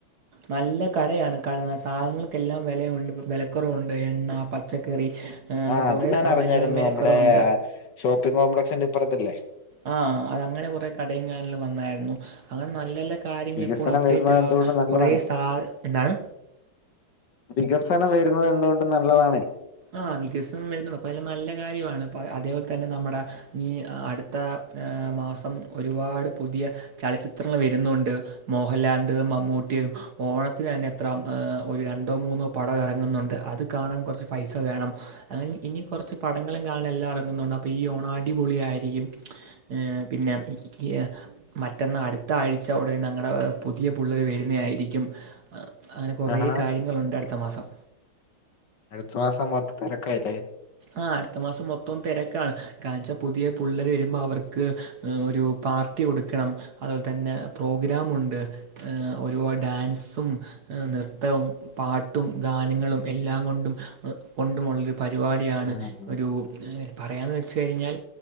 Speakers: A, on the right; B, on the left.
A: നല്ല കടയാണ് കാണുന്നത് സാധനങ്ങൾക്കെല്ലാം വിലയുണ്ട് വിലക്കുറവുണ്ട് എണ്ണ പച്ചക്കറി ആ, അങ്ങനെ
B: ആഹ്
A: കുറേ
B: അത് ഞാനു
A: സാധനം
B: അറിഞ്ഞായിരുന്നു
A: എല്ലാം വിലക്കുറവുണ്ട്
B: നമ്മുടെ ഷോപ്പിംഗ് കോംപ്ലക്സിന്റെ ഇപ്പുറത്തല്ലേ?
A: ആഹ് അത് അങ്ങനെ കുറെ കടയും കാര്യങ്ങളും വന്നായിരുന്നു. അങ്ങനെ നല്ല നല്ല കാര്യങ്ങൾ
B: വികസനം
A: ഇപ്പോൾ അപ്ഡേറ്റ്
B: വരുന്നത്
A: ആ
B: എന്തുകൊണ്ടും നല്ലതാണ്
A: കുറേ സാൽ എന്താണ്?
B: വികസനം വരുന്നത് എന്തുകൊണ്ടും നല്ലതാണേ
A: ആ വികസനം വരുന്നത് അപ്പൊ എല്ലാം നല്ല കാര്യമാണ് അതേപോലെ തന്നെ നമ്മുടെ ഈ അടുത്ത ഏ മാസം ഒരുപാട് പുതിയ ചലച്ചിത്രങ്ങൾ വരുന്നുണ്ട് മോഹൻലാൻ്റെയും മമ്മൂട്ടിയും ഓണത്തിന് തന്നെ എത്ര ഒരു രണ്ടോ മൂന്നോ പടം ഇറങ്ങുന്നുണ്ട് അത് കാണാൻ കുറച്ച് പൈസ വേണം അങ്ങനെ ഇനി കുറച്ച് പടങ്ങളും കാണാനും എല്ലാം ഇറങ്ങുന്നുണ്ട് അപ്പോം ഈ ഓണം അടിപൊളിയായിരിക്കും. പിന്ന മിക്കിയ മറ്റന്ന അടുത്ത ആഴ്ച്ചേടെ ഞങ്ങളുടെ പുതിയ പുള്ളേര് വരുന്നയായിരിക്കും അങ്ങനെ കുറെ
B: ആഹാ
A: കാര്യങ്ങള് ഉണ്ട് അടുത്ത മാസം
B: ത്രാസം മൊത്ത തിരക്കായില്ലേ
A: ആ അടുത്ത മാസം മൊത്തം തിരക്കാണ് കാരണവെച്ചാ പുതിയ പുള്ളേര് വരുമ്പോ അവർക്ക് ഒരു പാർ കത്തി കൊടുക്കണം അതുപോലെ തന്നെ പ്രോഗ്രാമുണ്ട് ഒരുപാട് ഡാൻസും നൃത്തവും പാട്ടും ഗാനങ്ങളും എല്ലാം കൊണ്ടും കൊണ്ടുമുള്ളരു പരിപാ <unintelligible>
B: ഉം
A: ഒരു പറയന്ന് വെച്ച്കയിഞ്ഞാൽ